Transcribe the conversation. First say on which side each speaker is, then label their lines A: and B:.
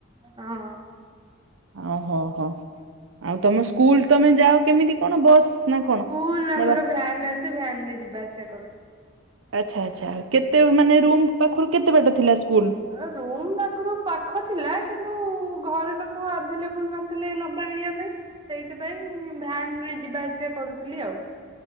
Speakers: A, on the right; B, on the right.
A: ହଁ।
B: ଆହୋ ହୋ ଆଉ ତମ ସ୍କୁଲ ତମେ ଯାଅ କେମିତି କଣ ବସ୍ ନା କଣ?
A: ସ୍କୁଲ
B: ନବା
A: ଆମର ଭ୍ୟାନ ଆସେ ଭ୍ୟାନରେ ଯିବା ଆସିବା କରେ।
B: ଆଚ୍ଛା ଆଚ୍ଛା କେତେ ମାନେ ରୁମ ପାଖୁରୁ କେତେ ବାଟ ଥିଲା। ସ୍କୁଲ?
A: ଅ ରୁମ୍ ପାଖୁରୁ ପାଖ ଥିଲା କିନ୍ତୁ ଘର ଲୋକୋ ଆଭେଲେବୁଲ ନ ଥିଲେ ନବା ଆଣିବା ପାଇଁ ସେଇଥିପାଇଁ ଭ୍ୟାନରେ ଯିବା ଆସିବା କରୁଥୁଲି ଆଉ।